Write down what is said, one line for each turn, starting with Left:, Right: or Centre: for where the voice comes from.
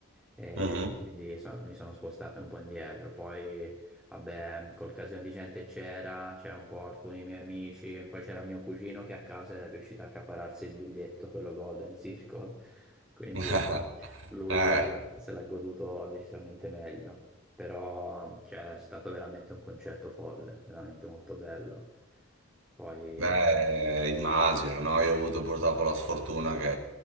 Centre: E
Right: Mhm.
Centre: quindi so- mi sono spostato un po' indietro. Poi, vabbè, col casino di gente c'era, c'era un po' alcuni miei amici, poi c'era mio cugino che a caso era riuscito a accapararsi il biglietto, quello Golden Circle, <laughs> quindi
Right: <laughs>
Centre: lui
Right: Eh,
Centre: se l'ha se l'ha goduto decisamente meglio. Però, cioè, è stato veramente un concerto folle, veramente molto bello. Poi...
Right: Beh, immagino, no? Io ho avuto purtroppo la sfortuna che